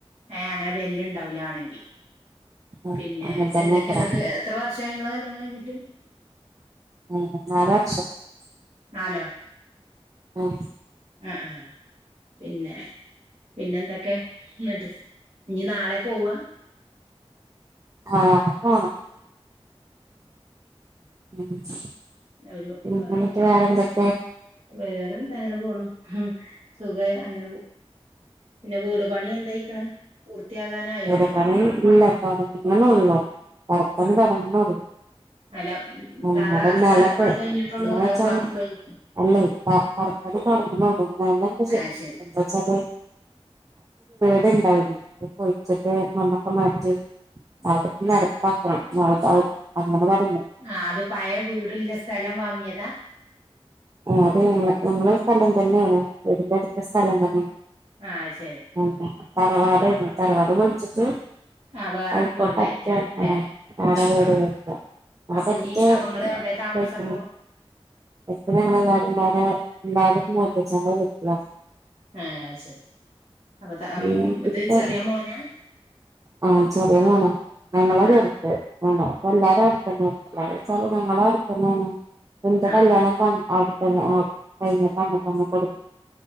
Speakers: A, on the right; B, on the right.
A: ഏ അങ്ങനെ ബെല് ഉണ്ടാവൂല ആണെങ്കിൽ
B: ആഹ്
A: പിന്നെ
B: അങ്ങനെ തന്നേക്കാരം
A: എന്തൊക്കെയ എന്നോട്ട് ഇങ്ങളെ കല്യാണം കഴിഞ്ഞിട്ട്
B: ഉം ആറച്ച <unintelligible>
A: ആാലോ
B: ഉം
A: ആഹ ആ പിന്നെ പിന്നെ എന്തൊക്കെ എന്നിട്ട് ഇനി നാളെ പോവ
B: ആഹ ആഹ പിന്നെ
A: ഒരു ഏ,
B: വേറെന്തക്ക
A: വേറെന്താ അങ്ങനെ പോണു സുഖ അങ്ങനെ പിന്നെ വീട്- പണി എന്തായിക്കണ് പൂർത്തിയാകാനായോ
B: എടെ പണിയ ഇല്ല സറങ്ങനെ ഉള്ളോ <unintelligible> കറപ്പന്ന
A: തൊടങ്ങണോ
B: കടങ്ങുന്ന <unintelligible>
A: അല്ല
B: അങ്ങന
A: തറ പണി കഴിഞ്ഞിട്ടുള്ളൂ അതോ
B: വെച്ചല്
A: വാർപ്പ് കഴിഞ്ഞിക്കണോ
B: അല്ലേ തറപ്പണി തോട്ങ്ങളൊള്ളൂ <unintelligible>
A: ആഹ് ശരി
B: എന്താച്ചാല് വേട്ണ്ടാവുന്നു പൊഴിച്ചിട്ട് മണ്ണൊക്കെ മാറ്റി അത നരപ്പാക്കണം
A: ആഹ്
B: <unintelligible> അങ്ങനെ പ
A: ആ അത് പഴ വീട്ല്ല സ്ഥലം വാങ്ങിയതാ
B: അത് ഞ ഞങ്ങളെ സ്ഥലം തന്നെയാണ് വീടിന്റെ അടുത്ത സ്ഥലം തന്നെയാണ്
A: ആഹ് ശെ
B: ഉ തർവാഡെഞ്ഞു തറവാട് പൊളിച്ചിട്ട്
A: ആഹ് വേറെ
B: അല്പ്പ
A: വീട്
B: പ
A: കയറ്റാ
B: ത്തെ
A: അല്ലെ
B: ആടെ വീട്
A: ആഹ്
B: വെക്കാ <unintelligible>
A: അപ്പൊ ഇനി അപ്പൊ ഇങ്ങള് എവിടെ താമസം
B: തായ്കുണു
A: ഇപ്പൊ
B: എപ്പ ഞങ്ങെല്ലാരും ന്റാടെ ല്ലാരും മുത്തച്ഛന്റെ വീട്ടില
A: ആഹ് ശരി അപ്പൊത്
B: പിന്നെ
A: അം
B: ഇതിപ്പോ
A: ഇത് ചെറിയ മോന
B: ആഹ് ചെറിയ മോനാ ശെങ്ങനോ അങ്ങള
A: ആഹ്
B: ചെർത് അ അപ്പ എല്ലാരും
A: ആഹ് ശ-
B: അടുത്തന്നെ ചാല് ഞങ്ങളെ അട്തന്നെണ് പ്പ ന്റെ
A: ആഹ്
B: കല്യാണം
A: ആഹ്
B: പാൺ അട് ആ കൈഞ്ഞപ തന്ന തന്ന കൊടു